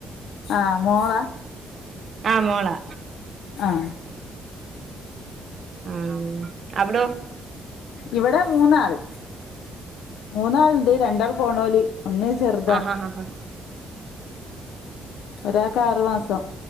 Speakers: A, on the left; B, on the right.
A: ആഹ മോളാ
B: ആഹ മോളാ
A: ആഹ
B: ആ അവിടോ
A: ഇവിടെ മൂന്നാള് മൂന്നാളുണ്ട് രണ്ടാൾ പോണോല് ഒന്ന് ചെറുതാ
B: ആഹ ആഹ ആഹ് ഹഹ
A: ഒരാൾക്ക് ആറു മാസം